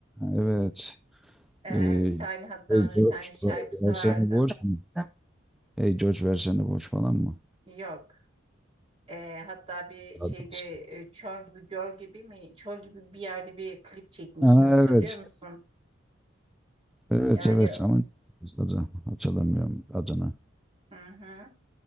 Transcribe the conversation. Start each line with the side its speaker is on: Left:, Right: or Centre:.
Centre: Evet.
Right: E,
Centre: Ee,
Right: bir tane hatta
Centre: Hey
Right: onun
Centre: George,
Right: bir tane şarkısı
Centre: versene
Right: vardı.
Centre: borç mu? hey George versene borç falan mı?
Right: Yok. E, hatta bir şeyde
Centre: Adres.
Right: e, çöl gibi göl gibi mi çöl gibi bir yerde bir klip çekmişti
Centre: Ha,
Right: hatırlıyor
Centre: evet.
Right: musun?
Centre: Evet
Right: Yani
Centre: evet ama adı hatırlamıyorum adını.
Right: hı hı.